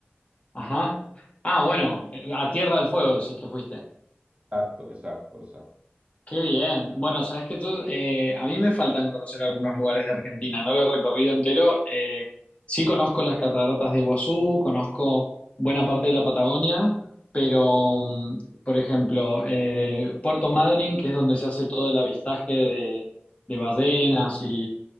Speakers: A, on the left; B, on the right.
A: Ajá. Ah, bueno, eh, a Tierra del Fuego, si es que fuiste.
B: Exacto, exacto, exacto.
A: Qué bien. Bueno, sabes que tú, eh, a mí me faltan conocer algunos lugares de Argentina, no lo he recorrido entero. eh, sí conozco las cataratas de Iguazú, conozco buena parte de la Patagonia, pero, mm, por ejemplo, eh, Puerto Madryn, que es donde se hace todo el avistaje de, de ballenas y,